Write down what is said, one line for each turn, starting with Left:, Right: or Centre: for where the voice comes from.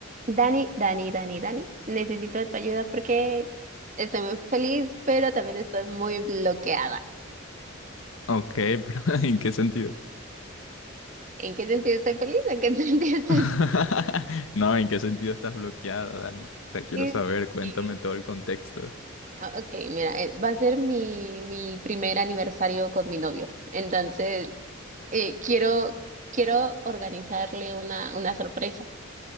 Right: Dani, Dani, Dani, Dani, necesito de tu ayuda porque estoy muy feliz, pero también estoy muy bloqueada.
Left: Ok, pero <laughs> ¿en qué sentido?
Right: ¿En qué sentido estoy feliz? ¿En qué <laughs> sentido estoy
Left: <laughs> No, ¿en qué sentido estás bloqueada, Dani? O sea, quiero
Right: feliz?
Left: saber, cuéntame
Right: Sí.
Left: todo el contexto.
Right: Ah, Ok, mira, eh, va a ser mi, mi primer aniversario con mi novio. Entonces, eh, quiero, quiero organizarle una, una sorpresa.